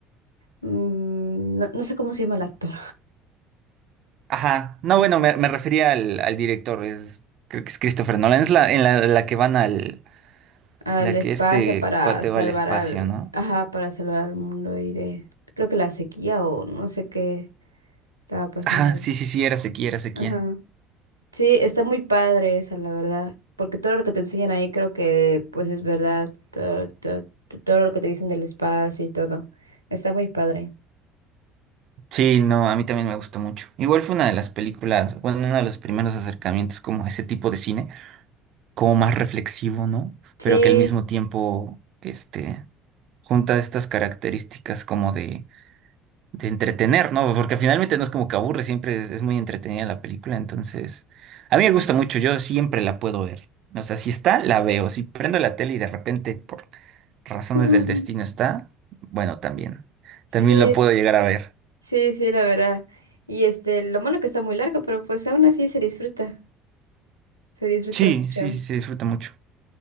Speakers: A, on the right; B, on the right.
A: Mm, no, no sé cómo se llama el actor.
B: Ajá, no, bueno, me, me refería al, al director, es, creo que es Christopher Nolan, es la, en la, la que van al,
A: al
B: la
A: espacio
B: que este
A: para
B: cuate
A: salvar
B: va al espacio,
A: al,
B: ¿no?
A: ajá, para salvar al mundo y de, creo que la sequía o no sé qué estaba pasando
B: Ajá,
A: ahí.
B: sí, sí, sí, era sequía, era sequía.
A: Ajá. Sí, está muy padre esa, la verdad, porque todo lo que te enseñan ahí creo que pues es verdad, todo, todo, to- todo lo que te dicen del espacio y todo. Está muy padre.
B: Sí, no, a mí también me gustó mucho. Igual fue una de las películas, bueno, uno de los primeros acercamientos como a ese tipo de cine, como más reflexivo, ¿no?
A: Sí,
B: Pero que al mismo tiempo, este, junta estas características como de de entretener, ¿no? Porque finalmente no es como que aburre, siempre es, es muy entretenida la película, entonces a mí me gusta mucho, yo siempre la puedo ver. O sea, si está, la veo. Si prendo la tele y de repente por razones
A: Mm.
B: del destino está, bueno, también.
A: sí,
B: También la puedo llegar a ver.
A: sí, sí, la verdad. Y este, lo malo que está muy largo, pero pues aún así se disfruta, se disfruta
B: Sí,
A: mucho.
B: sí, sí, se disfruta mucho.